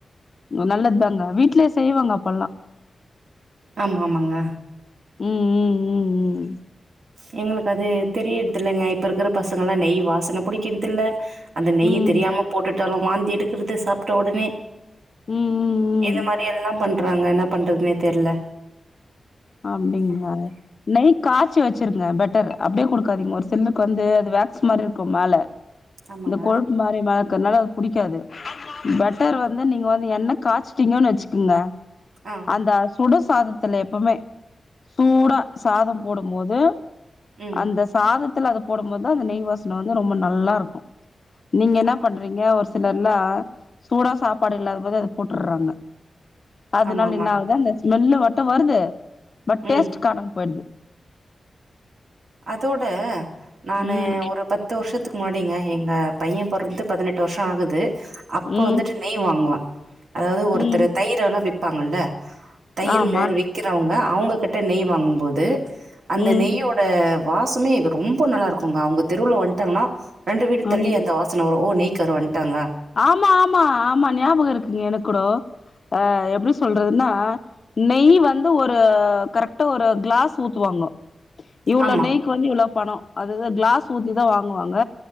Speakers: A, on the left; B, on the right.
A: நல்லது தாங்க வீட்லே செய்வாங்க அப்போல்லா
B: ஆமா ஆமாங்க
A: ம் ம் ம் ம்
B: இவங்களுக்கு அது தெரியிறது இல்லங்க இப்ப இருக்கிற பசங்க எல்லா நெய் வாசனை பிடிக்கிறது இல்ல அந்த நெய்ய
A: ம் ம் ம்
B: தெரியாம போட்டுட்டாலு வாந்தி எடுக்கறது சாப்ட்ட உடனே
A: ம் ம்
B: இந்த
A: ம்
B: மாரி எல்லாம் பண்றாங்க என்ன பண்றதுன்னே தெர்ல
A: அப்டிங்களா நெய் காய்ச்சி வெச்சிருங்க பெட்டர் அப்டே குடுக்காதீங்க ஒரு சிலருக்கு வந்து அது வேக்ஸ் மாரி இருக்கும் மேல
B: ஆமாங்க
A: இந்த கொழுப்பு மாரி மெதக்கிறதுனால அது புடிக்காது பட்டர் வந்து நீங்க வந்து எண்னெ காய்ச்சுட்டீங்கன்னு வச்சுக்கங்க
B: ஆ
A: அந்த சுடசாதத்துல எப்பமே சூடா சாதம் போடும் போது
B: ம்
A: அந்த சாதத்துல அத போடும்போதுதா அந்த நெய் வாசனை வந்து ரொம்ப நல்லா இருக்கு நீங்க என்ன
B: ஆமாங்க
A: பண்றீங்க ஒரு சில சிலர் எல்லா சூடா சாப்பாடு இல்லாத போது அத போட்டுறாங்க அதனால
B: ஆமா ஆமாங்க
A: என்ன ஆகுது அந்த ஸ்மெல்லு மட்டு வருது பட்
B: ம்
A: டேஸ்ட் காணாம போயிடுது
B: அதோட நானு
A: ம்
B: ஒரு பத் பத்து வருஷத்துக்கு முன்னடிங்க எங்க பைய பொறந்து பதினெட்டு வருஷோ ஆகுது அப்ப
A: ம்
B: வந்துட்டு நெய் வாங்குவ அதாவது ஒருத்தர்
A: ம்
B: தயிர் எல்லா விப்பாங்கல்ல தயிர்
A: ஆமா
B: மோறு விக்கத் அவுங்க அவுங்க கிட்ட நெய் வாங்கும்போது அந்த
A: ம்
B: நெய்யோட வாசமே ரொம்ப நல்லா இருக்கும்ங்க அவுங்க தெருவுல வந்துட்டாங்கன்னா ரெண்டு வீடு தள்ளி
A: ம்
B: அந்த வாச ன வரு ஓ நெய் காரு வந்ட்டாங்க
A: ஆமா ஆமா ஆமா ஞாபகோ இருக்குங்க எனக் கூட அ எப்டி சொல்றதுன்னா நெய் வந்து ஒரு கரெக்டா ஒரு கிளாஸ் ஊத்துவாங்க இவ்ளோ
B: ஆமா
A: நெய்க்கு வந்து இவ்ளோ பணம் அதுதா கிளாஸ் ஊத்திதா வாங்குவாங்க